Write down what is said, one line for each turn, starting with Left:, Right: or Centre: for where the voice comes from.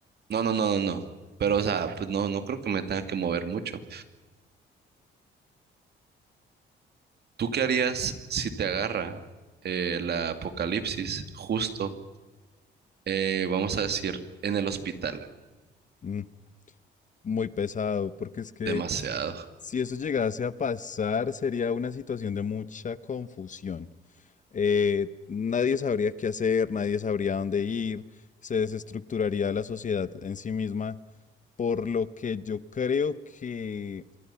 Right: No, no, no, no, no. Pero, o sea, pues no, no creo que me tenga que mover mucho. ¿Tú qué harías si te agarra eh, la apocalipsis justo, eh, vamos a decir, en el hospital?
Left: Mm, muy pesado, porque es que
Right: Demasiado.
Left: si eso llegase a pasar, sería una situación de mucha confusión. eh, nadie sabría qué hacer, nadie sabría dónde ir, se desestructuraría la sociedad en sí misma por lo que yo creo que